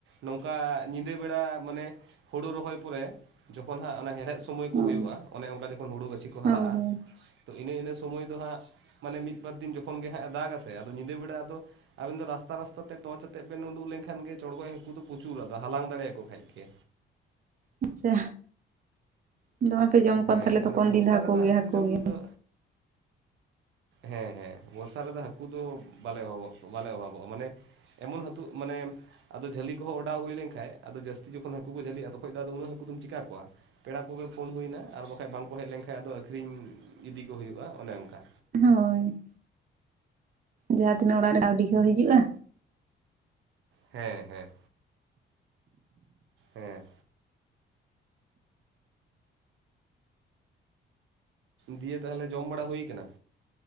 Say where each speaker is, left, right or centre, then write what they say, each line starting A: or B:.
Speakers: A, on the right (about 75°); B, on the right (about 45°).
A: ᱱᱚᱝᱠᱟ ᱧᱤᱫᱟᱹ ᱵᱮᱲᱟ ᱢᱟᱱᱮ ᱦᱩᱲᱩ ᱨᱚᱦᱚᱭ ᱯᱚᱨᱮ ᱡᱚᱠᱷᱚᱱ ᱦᱟᱸᱜ ᱚᱱᱮ ᱦᱮᱲᱦᱮᱫ ᱥᱚᱢᱚᱭ ᱠᱚ
B: ᱦᱳᱭ
A: ᱦᱩᱭᱩᱜ-ᱟ, ᱚᱱᱮ ᱚᱝᱠᱟ ᱡᱚᱠᱷᱚᱱ ᱦᱩᱲᱩ ᱜᱟᱹᱪᱷᱤ ᱠᱚ
B: ᱦᱳᱭ
A: ᱦᱟᱨᱟᱜ-ᱟ᱾
B: ᱦᱳᱭ
A: ᱛᱚ ᱤᱱᱟᱹ ᱤᱱᱟᱹ ᱥᱩᱢᱟᱭ ᱫᱚ ᱦᱟᱸᱜ ᱢᱟᱱᱮ ᱢᱤᱫ ᱵᱟᱨ ᱫᱤᱱ ᱡᱚᱠᱷᱚᱱ ᱜᱮ ᱦᱟᱸᱜ ᱮ ᱫᱟᱜᱟ ᱥᱮ ᱟᱫᱚ ᱧᱤᱫᱟᱹ ᱵᱮᱲᱟ ᱟᱫᱚ ᱟᱵᱮᱱ ᱫᱚ ᱨᱟᱥᱛᱟ ᱨᱟᱥᱛᱟ ᱛᱮ ᱴᱚᱪ ᱟᱛᱮᱫ ᱵᱮᱱ ᱩᱰᱩᱜ ᱞᱮᱱᱠᱷᱟᱱ ᱜᱮ ᱪᱚᱸᱲᱜᱚᱡ ᱦᱟᱹᱠᱩ ᱫᱚ ᱯᱚᱪᱩᱨ ᱟᱫᱚ ᱦᱟᱞᱟᱝ ᱫᱟᱲᱮᱭᱟᱠᱚ ᱠᱷᱟᱡ ᱜᱮ᱾
B: ᱟᱪᱪᱷᱟ᱾ ᱫᱚᱢᱮ ᱯᱮ ᱡᱚᱢ ᱠᱚᱣᱟ
A: ᱦᱮᱸ
B: ᱛᱟᱦᱚᱞᱮ ᱛᱚᱠᱷᱚᱱ
A: ᱢᱟᱱᱮ ᱵᱚᱨᱥᱟ
B: ᱫᱤᱱ ᱫᱚ
A: ᱨᱮᱫᱚ
B: ᱜᱮ
A: ᱦᱟᱹᱠᱩ ᱡᱚᱢ
B: ᱜᱮ
A: ᱫᱚ ᱦᱮᱸ ᱦᱮᱸ ᱵᱚᱨᱥᱟ ᱨᱮᱫᱚ ᱦᱟᱹᱠᱩ ᱫᱚ ᱵᱟᱞᱮ ᱚᱵᱷᱵᱚᱜ ᱵᱟᱞᱮ ᱚᱵᱷᱵᱚᱜ-ᱟ ᱢᱟᱱᱮ᱾ ᱮᱢᱚᱱ ᱦᱟᱹᱛᱩ ᱢᱟᱱᱮ᱾ ᱟᱫᱚ ᱡᱷᱟᱹᱞᱤ ᱠᱚᱦᱚᱸ ᱚᱰᱟᱣ ᱦᱩᱭ ᱞᱮᱱᱠᱷᱟᱡ ᱟᱫᱚ ᱡᱟᱹᱥᱛᱤ ᱡᱚᱠᱷᱚᱱ ᱦᱟᱹᱠᱩ ᱠᱚ ᱡᱷᱟᱹᱞᱤᱜ-ᱟ ᱛᱚᱠᱷᱚᱡ ᱫᱚ ᱟᱫᱚ ᱩᱱᱟᱹᱜ ᱦᱟᱹᱠᱩ ᱫᱚᱢ ᱪᱮᱠᱟ ᱠᱚᱣᱟ? ᱯᱮᱲᱟ ᱠᱚᱜᱮ ᱯᱷᱳᱱ ᱦᱩᱭᱱᱟ ᱟᱨ ᱵᱟᱠᱷᱟᱡ ᱵᱟᱝᱠᱚ ᱦᱮᱡ ᱞᱮᱱᱠᱷᱟᱱ ᱟᱫᱚ ᱟᱹᱠᱷᱨᱤᱧ ᱤᱫᱤ ᱠᱚ ᱦᱩᱭᱩᱜ-ᱟ ᱚᱱᱮ ᱚᱝᱠᱟ᱾
B: ᱦᱳᱭ᱾ ᱡᱟᱦᱟᱸ ᱛᱤᱱᱟᱹᱜ ᱚᱲᱟᱜ ᱨᱮ ᱠᱟᱹᱣᱰᱤ ᱠᱚ ᱦᱤᱡᱩᱜ-ᱟ᱾
A: ᱦᱮᱸ ᱦᱮᱸ᱾ ᱦᱮᱸ᱾ ᱫᱤᱭᱮ ᱛᱟᱦᱞᱮ ᱡᱚᱢ ᱵᱟᱲᱟ ᱦᱩᱭ ᱠᱟᱱᱟ?